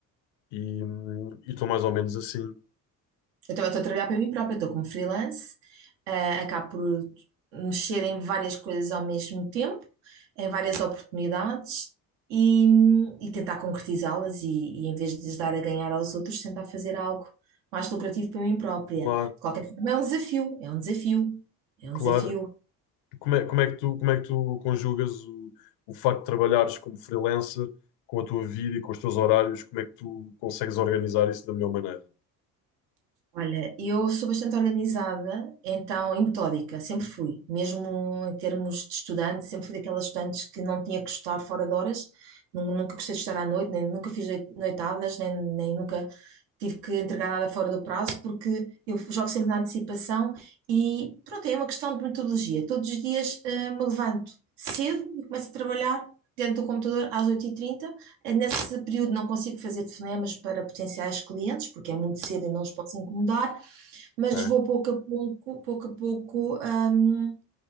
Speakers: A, on the left; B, on the right.
A: e hum, e estou mais ou menos assim.
B: Então, Eu também estou a trabalhar para mim própria, estou como freelance, ah, acabo por mexer em várias coisas ao mesmo tempo, em várias oportunidades e, e tentar concretizá-las e, e em vez de lhes dar a ganhar aos outros, tentar fazer algo mais lucrativo para mim própria.
A: Claro,
B: De qualquer forma, é um desafio, é um desafio, é
A: claro.
B: um desafio
A: Como é, como é que tu, como é que tu conjugas o, o facto de trabalhares como freelancer com a tua vida e com os teus horários? Como é que tu consegues organizar isso da melhor maneira?
B: Olha, eu sou bastante organizada, então, e metódica, sempre fui. Mesmo em termos de estudante, sempre fui daquelas estudantes que não tinha que estudar fora de horas, Nu- nunca gostei de estudar à noite, nem nunca fiz noi- noitadas, nem, nem nunca tive que entregar nada fora do prazo, porque eu jogo sempre na antecipação e pronto, é uma questão de metodologia. Todos os dias, eh, me levanto cedo e começo a trabalhar dentro do computador às oito e trinta. Eh, Nesse período não consigo fazer telefonemas para potenciais clientes, porque é muito cedo e não os posso incomodar, mas
A: ok?
B: vou pouco a pouco, pouco a pouco, hum,